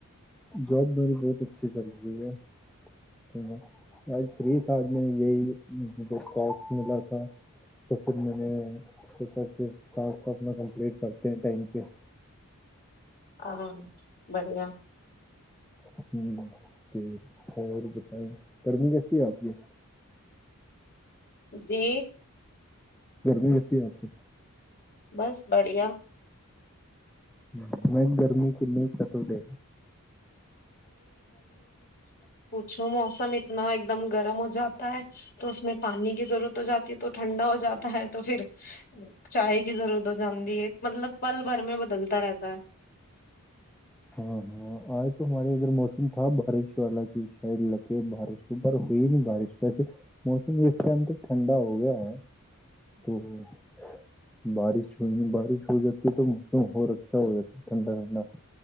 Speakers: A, in the centre; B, on the left (about 45°).
A: ਜੋਬ ਮੇਰੀ ਬੌਤ ਅੱਛੀ ਚੱਲ ਰੀ ਹੈ, ਬਸ ਆਜ ਫਰੀ ਦਾ, ਆਜ ਮੈਂ ਯਈ ਮੁਝੇ ਟਾਸਕ ਮਿਲਾ ਦਾ, ਤੋ ਫਿਰ ਮੈਂਨੇ ਫਟਕ ਸੇ ਟਾਸਕ ਅਪਣੇ ਕੰਪਲੀਟ ਕਰਤੇ ਟਾਈਮ ਪੇ।
B: ਆਹ, ਬੜੀਆ।
A: ਹੂੰ, ਤੇ ਹੋਰ ਬਤਾਏਂ ਗਰਮੀ ਕੈਸੀ ਹੈ ਆਪ ਕੇ।
B: ਜੀ।
A: ਗਰਮੀ ਕੈਸੀ ਹੈ ਆਪਕੇ।
B: ਬਸ ਬੜੀਆ‌।
A: ਹੂੰ ਨਹੀਂ ਗਰਮੀ ਕਿੰਨੀ ਕੱਟਦੇ।
B: ਜੋ ਮੌਸਮ ਇਤਨਾ ਇੱਕਦਮ ਗਰਮ ਹੋ ਜਾਤਾ ਹੈ ਤੋ ਉਸਮੇ ਪਾਣੀ ਕੀ ਜ਼ਰੂਰਤ ਹੋ ਜਾਤੀ ਹੈ ਤੋ ਠੰਡਾ ਹੋ ਜਾਤਾ ਹੈ ਤੋ ਫਿਰ ਚਾਹ ਕੀ ਜ਼ਰੂਰਤ ਹੋ ਜਾਂਦੀ ਹੈ ਮਤਲਬ ਪਲ ਭਰ ਮੇ ਬਦਲਤਾ ਰਹਿਤਾ ਹੈ।
A: ਹਾਂ ਹਾਂ ਆਜ ਤੋ ਹਮਾਰੇ ਫਿਰ ਮੌਸਮ ਥਾ ਬਾਰਿਸ਼ ਵਾਲਾ ਕਿ ਸ਼ਾਇਦ ਲੱਗੇ ਬਾਰਿਸ਼ <unintelligible> ਪਰ ਹੋਈ ਨੀ ਬਾਰਿਸ਼ <unintelligible> ਮੌਸਮ ਵੀ ਇਸ ਟਾਈਮ ਤੇ ਠੰਡਾ ਹੋ ਗਿਆ ਐ। ਹੂੰ। ਬਾਰਿਸ਼ ਹੋਈ ਨੀ ਬਾਰਿਸ਼ ਹੋ ਜਾਤੀ ਹੈ ਤਾਂ ਮੌਸਮ ਹੋਰ ਅੱਛਾ ਹੋ ਜਾਤਾ ਠੰਡਾ ਠੰਡਾ।